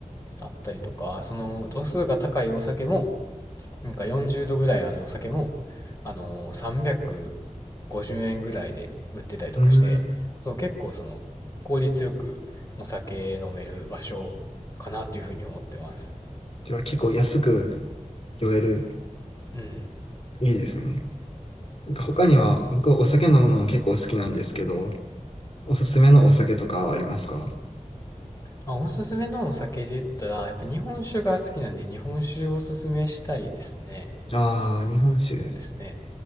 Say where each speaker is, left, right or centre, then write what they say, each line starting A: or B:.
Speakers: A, on the left; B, on the left.
A: あったりとか、その、度数が高いお酒も、なんか40度ぐらいあるお酒も、あのー、350円ぐらいで売ってたりとかして、
B: うーん。
A: そう、結構その、効率よくお酒飲める場所かなっていうふうに思ってます。
B: じゃあ結構安く酔える。
A: うん。
B: いいですね。なんか他には、僕はお酒飲むのも結構好きなんですけど、おすすめのお酒とかはありますか
A: あ、おすすめのお酒で言ったら、やっぱ日本酒が好きなんで、日本酒をおすすめしたいですね。
B: ああー、日本酒。
A: そうですね。